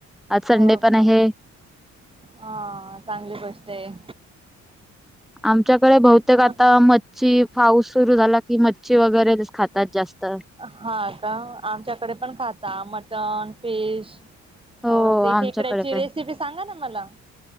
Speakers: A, in the centre; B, on the right (about 15°).
A: आज संडे
B: हो
A: पण
B: का
A: आहे.
B: हा चांगली गोष्ट आहे.
A: आमच्याकडे बहुतेक आता
B: मग
A: म च ची पाऊस सुरू झाला की मच्छी वगैरे ते खातात जास्त
B: हा का आमच्याकडे पण खाता मटन फिश
A: हो
B: अ ते
A: आमच्याकडे
B: खेकड्याची
A: पण
B: रेसिपी सांगा ना मला